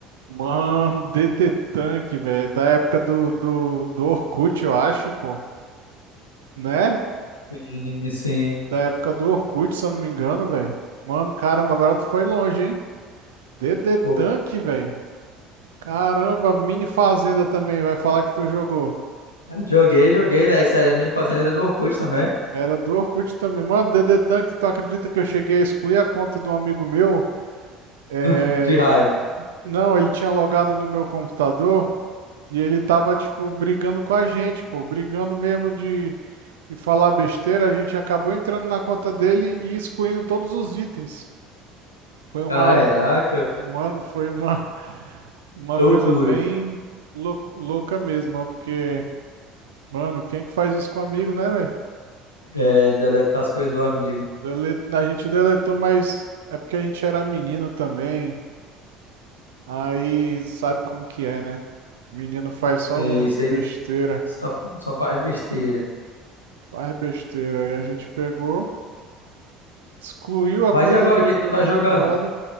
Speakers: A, on the right (about 70°); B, on the left (about 80°).
A: Mano, <laughs> DD Tank, velho. Da época do, do, do Orkut, eu acho, pô. Né?
B: Sim, sim.
A: Da época do Orkut, se eu não me engano, velho. Mano, caramba, agora tu foi longe, hein? DD Tank,
B: Pô,
A: velho. Caramba, Mini Fazenda também. Vai falar que tu jogou.
B: Joguei, joguei, daí sério, a mini fazenda do Orkut também,
A: Era do Orkut também. Mano, Dedetan, que tu acredita que eu cheguei a excluir a conta de um amigo meu? É,
B: <laughs> de raiva.
A: Não, ele tinha logado no meu computador e ele tava, tipo, brigando com a gente, pô. Brigando mesmo de, de falar besteira. A gente acabou entrando na conta dele e excluindo todos os itens. Foi uma...
B: Caraca,
A: Mano, foi uma... <laughs> Uma
B: loucura.
A: coisa bem lou- louca mesmo, ó, porque... Mano, quem que faz isso com amigo, né, velho?
B: É, deletar as coisas do amigo.
A: Dele- A gente deletou, mas é porque a gente era menino também. Aí sabe como que é, né? Menino faz só
B: E Isso aí
A: besteira,
B: só, só faz besteira.
A: faz besteira. Aí a gente pegou, excluiu
B: Mas
A: a conta
B: e agora,
A: do,
B: quem
A: do,
B: tu tá jogando?
A: do brother.